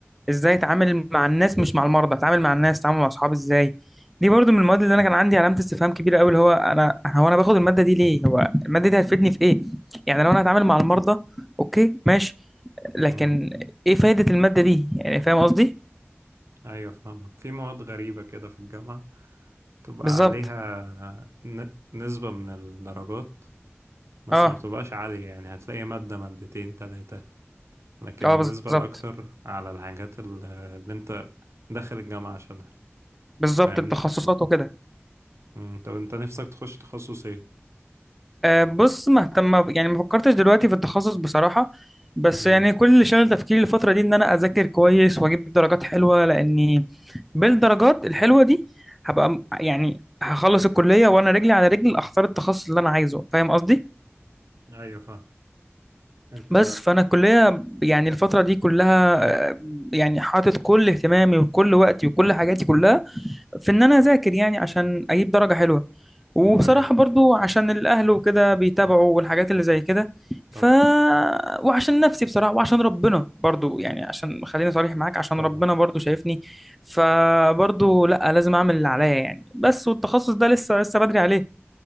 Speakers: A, in the centre; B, on the right.
A: ازاي اتعامل مع الناس مش مع المرضى اتعامل مع الناس اتعامل مع اصحابي ازاي دي برضو من المواد اللي انا كان عندي علامه استفهام كبيره قوي اللي هو انا هو انا باخد الماده دي ليه هو الماده دي هتفيدني في ايه يعني لو انا هتعامل مع المرضى اوكي ماشي لكن
B: مم.
A: ايه فايده الماده دي يعني فاهم قصدي
B: أيوة فاهمك في مواد غريبة كده في الجامعة تبقى
A: بالظبط
B: عليها ن- نسبة من الدرجات بس
A: اه
B: ما بتبقاش عالية يعني هتلاقي مادة مادتين تلاتة لكن
A: اه
B: النسبة
A: بالظبط
B: الأكتر على الحاجات ال- اللي أنت داخل الجامعة عشانها
A: بالظبط
B: فاهمني؟
A: التخصصات وكده
B: مم. طب أنت نفسك تخش تخصص إيه؟
A: أه بص مهتم يعني ما فكرتش دلوقتي في التخصص بصراحة بس
B: مم.
A: يعني كل اللي شغل تفكيري الفترة دي إن أنا أذاكر كويس وأجيب درجات حلوة لأني بالدرجات الحلوة دي هبقى م- يعني هخلص الكلية وأنا رجلي على رجل أختار التخصص اللي أنا عايزه فاهم قصدي؟
B: أيوة فاهم أنت
A: بس فأنا الكلية يعني الفترة دي كلها آه، يعني حاطط كل اهتمامي وكل وقتي وكل حاجاتي كلها في ان انا اذاكر يعني عشان اجيب درجة حلوة وبصراحة
B: أيوة
A: برضو عشان الاهل وكده بيتابعوا والحاجات اللي زي كده ف
B: طبعا
A: وعشان نفسي بصراحة وعشان ربنا برضو يعني عشان خليني صريح معاك عشان
B: طبعا
A: ربنا برضو شايفني فبرضو لا لازم اعمل اللي عليا يعني بس والتخصص ده لسه لسه بدري عليه